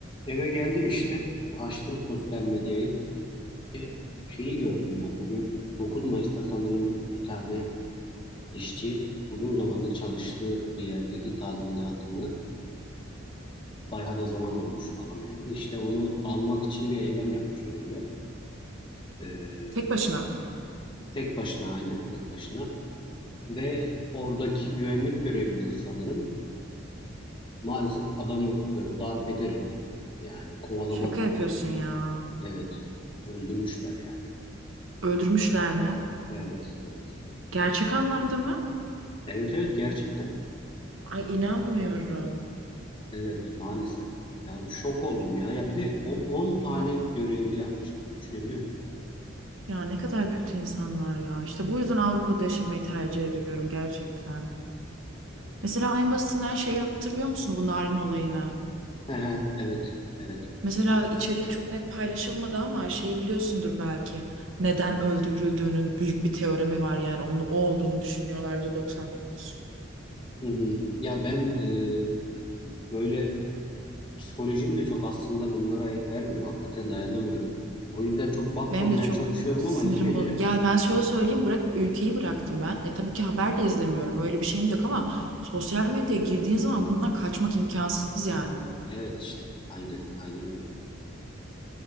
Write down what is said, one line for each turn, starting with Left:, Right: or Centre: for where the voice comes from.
Left: Eve geldim işte. Açtım sosyal medyayı. E, şeyi gördüm ya. Bugün 9 Mayıs'ta sanırım bir tane işçi uzun zamandır çalıştığı bir yerdeki tazminatını bayağı da zaman olmuş alamayalı. İşte onu almak için bir eylem yapmış önünde. E,
Right: Tek başına.
Left: tek başına aynen tek başına. Ve oradaki güvenlik görevlileri sanırım maalesef adamı böyle darp ederek yani kovalama
Right: Şaka
Left: da değil.
Right: yapıyorsun ya.
Left: Evet öldürmüşler yani.
Right: Öldürmüşler mi?
Left: Evet evet.
Right: Gerçek anlamda mı?
Left: Evet evet gerçekten.
Right: Ay inanmıyorum.
Left: Evet maalesef. Yani şok oldum ya. Ya bir de o 10 tane görevli yapmış bunu düşünebiliyor musun?
Right: Ya ne kadar kötü insanlar ya. İşte bu yüzden Avrupa'da yaşamayı tercih ediyorum gerçekten. Mesela en basitinden şeyi hatırlıyor musun bu narin olayını?
Left: He he evet evet.
Right: Mesela içeriği çok net paylaşılmadı ama şeyi biliyorsundur belki. Neden öldürüldüğünün büyük bir teoremi var yani onun o olduğunu düşünüyorlar %99.
Left: Hı hı. Ya ben e, böyle psikolojim de çok aslında bunlara el vermiyor. Hakikaten dayanamıyorum. O yüzden çok bakmamaya
Right: Benim de çok
Left: çalışıyorum
Right: sinirim
Left: ama yine
Right: bo-
Left: de
Right: Ya ben şöyle söyleyeyim bırak ülkeyi bıraktım ben. E tabii ki haber de izlemiyorum. Öyle bir şeyim de yok ama sosyal medyaya girdiğin zaman bundan kaçmak imkansız yani.
Left: evet işte aynen aynen öyle.